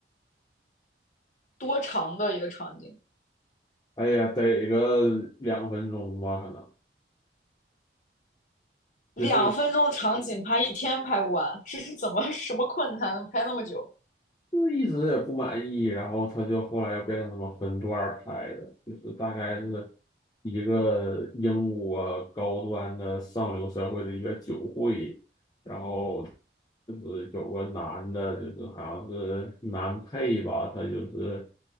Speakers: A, on the left; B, on the left.
A: 多长的一个场景？
B: 哎呀，得个两分钟吧，可能
A: 两分钟场景拍一天拍不完，
B: 就是
A: 这是怎么什么困难能拍那么久
B: 就是一直也不满意，然后他就后来又变成什么分段儿拍的，就是大概是一个英国高端的上流社会的一个酒会，然后就是有个男的，就是好像是男配吧，他就是